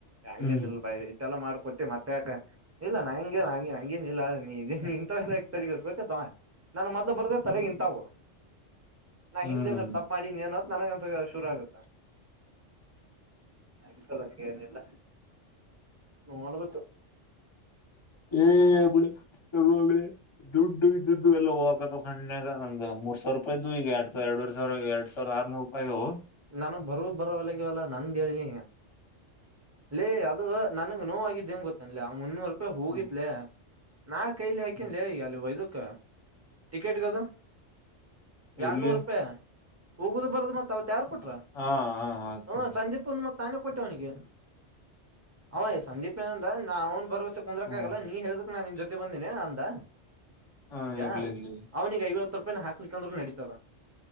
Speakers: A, on the right; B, on the left.
A: ಹಂಗೇನಲ್
B: ಹ್ಮ್
A: ಬಾಯ. ಎಲ್ಲ ಮಾಡ್ಕೊತಿ ಮತ್ತೆಕ ಇಲ್ಲ ನಂಗೆಂ ಹಂಗೇನ್ ಇಲ್ಲ ಅ ನೀ ಇಂತ ತಗಬ. ನಾನ ಮೊದ್ಲು ಬರ್ದ ತಲೆಗೆ ಇಂತವು ನಾ
B: ಹ್ಮ್
A: ಹಿಂದ ಏನ ತಪ್ಪಪ್ ಮಾಡಿ ಏನ. ನನಗ ಒಂದಸಗ ಶುರು ಆಗುತ್ತ ಆಯತದಂಗೆಏನೆಲ್ಲ. ನೋಳ ಬ.
B: ಎ ಸ ಆದದುಡ್ <inaudible> ಇದು ಎಲ್ಲ ಹೋಗ್ಕತ ಸಣ್ಣಾಗ ನಂದು ಮೂ ಸಾವರ ರೂಪಾಯ ಇದ್ದು ಈಗ ಎಡ್ ಸಾವಿರಡುರ್ ಸಾವಿರ ಎರಡ್ ಸಾವರ ಆರ್ನೂರು ರೂಾಯಗ <inaudible>
A: ನಾನು ಬರುವ ಬರೋಲಗೆವಲ್ಲ ನಂದ ಹೇಳೀನಿ. ಲ್ಲೇ ಅದು ನನ್ಗ್ ನೋವೂಆಗಿದ್ದೇಂಗ ಗೊತೆನೇಲ ಮುನ್ನೂರು ರೂಪಾಯಿ ಹೋಗಿತ್ಲ.
B: ಹ್ಮ್
A: ನಾ ಕೈಲಿ ಹಾಕನ್
B: ಹ್ಮ್
A: ಅಲ್ಲಿ ಇದಕ್ಕ ಟಿಕೆಟ್ಗದು. ಎರಡ್ನೂರು
B: ಇಲ್ಲಿ
A: ರೂಪಾಯಿ ಹೋಗುದು ಬರದು ಮತ್ತ. ಯಾರ ಕೊಟ್ರ
B: ಹಾ ಹಾ ಆತ
A: ಹ ಸಂದೀಪ್ಂದ ಮತ್ ನಾನ ಕೊಟ್ಟೆ ಅವನಿಗೆ. ಹಯ ಸಂದೀಪ್ ಏನಂದ ನಾ ಅವ್ನ್ ಭರವಸೆ ಕುಂದ್ರಕ
B: ಹ್ಮ್
A: ಆಗಲ್ಲ ನೀ ಹೇಳ್ದಕ್ ನಾನ್ ನಿನ್ ಜೊತೆ ಬಂದೇನನೆ ಅಂದ.
B: ಹಾ
A: ಈಗ
B: ಇರ್ಲಿ ಇರ್ಲಿ
A: ಅವನಿಗೆ ಐವತ್ತು. ರೂಪಾಯ ಹಾಕ್ಲಿಕ್ಕಂದ್ರೆ ನಡತದ